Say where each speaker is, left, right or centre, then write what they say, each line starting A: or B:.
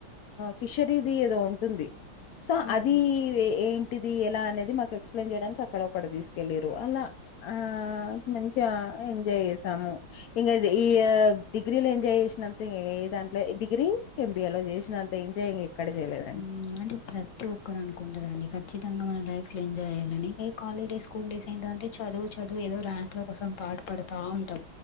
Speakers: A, on the left; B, on the left.
A: ఫిషరీది ఏదో ఉంటుంది సో
B: హుహు.
A: అది ఏంటిది ఎలా అనేది మాకు ఎక్స్ప్లెయిన్ చేయడానికి అక్కడ ఒ తీసుకెల్లిరు అలా ఆ మంచిగా ఎంజాయ్ చేసాము ఇంగ డిగ్రీలో ఎంజాయ్ చేసినంత ఇంగ ఏ దాంట్లో డిగ్రీ ఎంబిఏ లో చేసినంత ఎంజాయ్ ఎక్కడ చేయలేదండి.
B: ఉ అంటె ప్ర ప్ర ఒక్కరు అనుకుంటారండి ఖచ్చితంగా మన లైఫ్లో ఎంజాయ్ చేయాలని ఎ కాలజ్ డేస్ స్కూల్ డేస్ ఏంటి అంటే చదువు చదువు ఏదో ర్యాంక్ లో కోసం పాటు పడుతా ఉంటాం